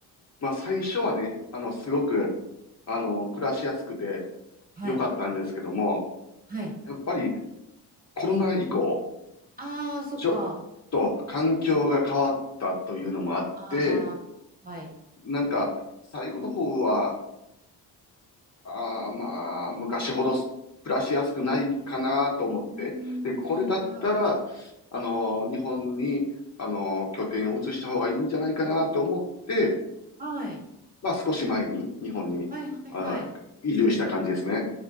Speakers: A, on the left; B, on the right.
A: まあ、最初はね、あの、すごく、
B: うん
A: あの、暮らしやすくて
B: はい。
A: 良かったんですけども、
B: はい。
A: やっぱりコロナ以降、
B: あー、そっか。
A: ちょっと環境が変わったというのもあって、
B: あー、はい。
A: なんか、最後の方は、ああ、まあ、昔ほどす暮らしやすくないかなと思って。
B: うーん、
A: で、これだったら、
B: はい。
A: あのー、日本に、あのー、拠点を移した方がいいんじゃないかなと思って、
B: はい。
A: まあ、少し前に日本に、
B: はい、はい、
A: あー、
B: はい。
A: 移住した感じですね。